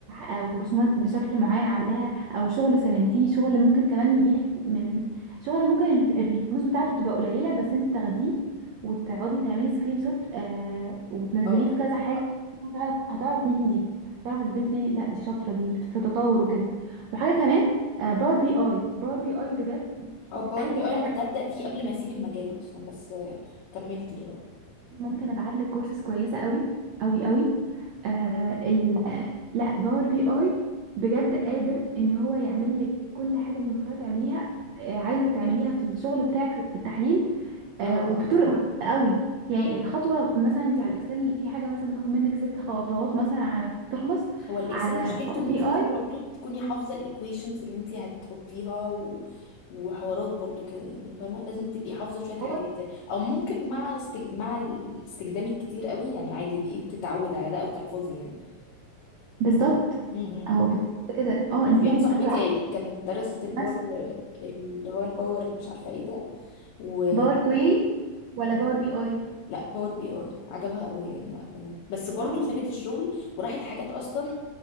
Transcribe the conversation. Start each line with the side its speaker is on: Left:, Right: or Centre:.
Right: او رسومات بشكل معين عاملاها او شغل سلمتيه شغل ممكن كمان يجيلك من شغل ممكن الف- الفلوس بتاعته تبقى قليله بس انت تاخديه وتقعدي تعملي سكرين شوت آه وتنزليه
Left: اه
Right: في كذا حاجه هتعرف هتعرف مين دي هتعرف البنت دي لا دي شاطره دي في تطور وكده وحاجه كمان آه باور بي اي باور بي اي بجد
Left: اه باور
Right: اي
Left: بي
Right: حاجه
Left: اي انا كنت هبدأ فيه قبل ما اسيب المجال اصلا بس آه، كملتش بقى
Right: ممكن ابعت لك كورسز كويسه قوي قوي قوي آه
Left: اه
Right: ال... لا باور بي اي بجد قادر ان هو يعمل لك كل حاجه انت متخيله تعمليها آه عايزه تعمليها في الشغل بتاعك في التحليل آه
Left: اه
Right: وبطرق بسيطه قوي يعني الخطوه مثلا انت على الاكسل في حاجه مثلا بتاخد منك ست خطوات مثلا على ما تخلص
Left: هو الاكسل
Right: على
Left: مشكلته ان انت
Right: بي
Left: لازم
Right: اي
Left: برضو تكوني حافظه الايكويشنز اللي انت هتحطيها و... وحوارات برضو كده يعني فاهمه لازم تبقي حافظه شويه حاجات
Right: هو
Left: يعني او ممكن مع استج... مع الاستخدام الكتير قوي يعني عادي بقيت تتعود على ده او تحفظي يعني
Right: بالظبط
Left: امم
Right: هو بالظبط كده اه
Left: وفي
Right: انت ايدك
Left: واحده صاحبتي
Right: بتاخد على
Left: كانت درست الباور
Right: نفس
Left: اللي هو الباور مش عارفه ايه ده و...
Right: باور كويري ولا باور بي اي
Left: لا باور بي اي عجبها قوي يعني وقتها بس برضو
Right: اه
Left: سابت الشغل وراحت حاجات اصلا